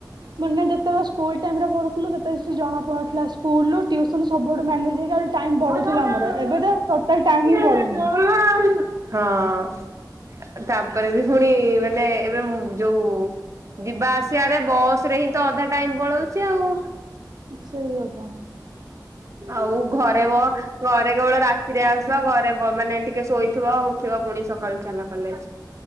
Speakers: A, on the right; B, on the right.
A: ମାନେ ଯେତେବେଳେ ସ୍କୁଲ୍ ଟାଇମ୍ ରେ ପଢୁଥିଲୁ ସେତେ ଜଣା ପଡୁଥିଲା ସ୍କୁଲ ଟିଉସନ ସବୁଆଡୁ ମ୍ୟା ନେଜ୍ ହେଇକି ଆହୁରି ଟାଇମ
B: ହଁ <unintelligible>
A: ବଳୁଥିଲା ଆମର ଏବେ ତ ଟୋଟାଲ ଟାଇମ ହିଁ ବଳୁନି।
B: ତାପରେ ବି ଫୁଣି ମାନେ ଏବେ ଯୋଉ ଯିବା ଆସିବାରେ ବସ ରେ ହିଁ ଅଧା ଟାଇମ ପଲଉଛି ଆଉ।
A: ସେଇ କଥା
B: ଆଉ ଘରେ ବ ଘରେ କେବଳ ରାତିରେ ଆସ ଘରେ ମାନେ ଟିକେ ଶୋଇଥିବ ଉଠିବ ପୁଣି ସକାଳୁ ଚାଲା କଲେଜ।